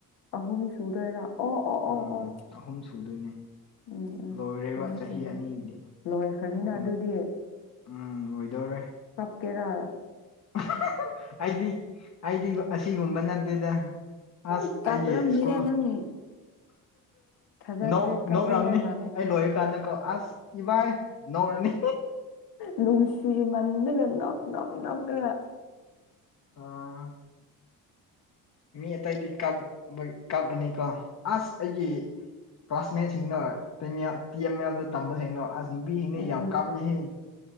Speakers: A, on the left; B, on the left.
A: ꯑꯍꯨꯝ ꯁꯨꯗꯣꯏꯔꯥ ꯑꯣ ꯑꯣ ꯑꯣ
B: ꯎꯝ
A: ꯑꯣ
B: ꯑꯍꯨꯝ ꯁꯨꯗꯣꯏꯅꯦ
A: ꯎꯝ ꯎꯝ
B: ꯂꯣꯏꯔꯦꯕ
A: ꯆꯨꯝꯃꯦ
B: ꯆꯍꯤ
A: ꯆꯨꯝꯃꯦ
B: ꯑꯅꯤꯒꯤꯗꯤ
A: ꯂꯣꯏꯈ꯭ꯔꯅꯤꯅ
B: ꯑꯍꯨꯝ
A: ꯑꯗꯨꯗꯤ
B: ꯎꯝ ꯂꯣꯏꯗꯣꯔꯦ
A: ꯀꯦꯔ
B: <unintelligible> ꯑꯩꯗꯤ ꯑꯩꯗꯤ ꯑꯁꯤꯒꯨꯝꯕ ꯅꯠꯇꯦꯗ
A: ꯎꯝ
B: ꯑꯁ
A: ꯀꯥꯞꯔꯝꯅꯤꯗ
B: ꯑꯩꯒꯤ ꯢꯁꯀꯨꯜ
A: ꯅꯪ ꯊꯥꯖꯗ꯭ꯔꯦ
B: ꯅꯣꯛ
A: ꯀꯥꯞꯅꯤꯡꯉꯥꯏ
B: ꯅꯣꯛꯔꯝꯅꯤ
A: ꯃꯥꯜꯂꯦ
B: ꯑꯩ ꯂꯣꯏꯔ ꯀꯥꯟꯗꯀꯣ ꯑꯁ ꯏꯕꯥꯏ ꯅꯣꯛꯔꯅꯤ
A: ꯅꯨꯡꯁꯤꯃꯟꯗꯅ ꯅꯣꯛ ꯅꯣꯛ ꯅꯣꯛꯂꯒ
B: ꯑꯥ ꯃꯤ ꯑꯇꯩꯗꯤ ꯀꯥꯞ ꯀꯥꯞꯂꯅꯤꯀꯣ ꯑꯁ ꯑꯩꯒꯤ ꯀ꯭ꯂꯥꯁꯃꯦꯠꯁꯤꯡꯗꯣ ꯇꯦ ꯃꯦꯜ ꯇꯤ ꯑꯦꯝ ꯑꯦꯜꯗ ꯇꯝꯕꯁꯤꯡꯅꯣ ꯅꯨꯕꯤꯅꯦ
A: ꯎꯝ
B: ꯌꯥꯝ ꯀꯥꯞꯏꯍꯦ